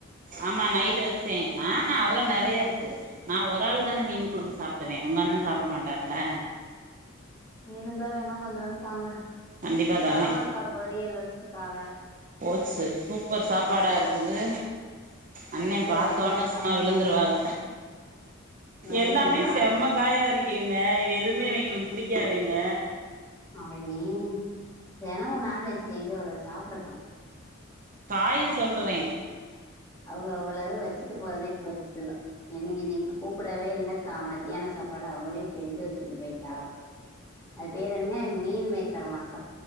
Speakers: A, on the right (about 40°); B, on the left (about 15°).
A: ஆமா நைட்டு வச்சே ஆ ஆ அவுக நெறைய இருக்கு நா ஒரு ஆளு தானே மீன் குழும்பு சாப்டுவே உங்கண்ண சாப்ட மாட்டாருல இல்ல
B: இருந்தா வேணா கொஞ்சோண்டு தாங்க
A: கண்டிப்பா தரே
B: பாவக்கா பொரியல் வச்சிருக்காக
A: போச்சு சூப்பர் சாப்பாடா இருக்குது அண்ணே
B: அடுத்து
A: பாத்தோன்னே
B: வெண்டக்கா
A: சும்மா விழுந்துருவாக
B: வெண்டக்கா
A: எல்லாமே செம்ம காயா இருக் ஏங்க இது எதூமே இவிங்களுக்கு புடிக்காதேங்க
B: அர நீ தெனமு நான்வெஜ்ஜுக்கு எங்கே வர சாப்டட்டு
A: காய சொல்றே
B: அவுங்க அவ்ளாது வச்சுட்டு போறதே <unintelligible> என்ன இன்னைக்கு கூப்பிடவே இல்லக்கா மத்தியான சாப்பாடு அவளே செஞ்சு வச்சுட்டு போயிட்டா அது பெர் என்ன மீன் மேக்கர் மஸ்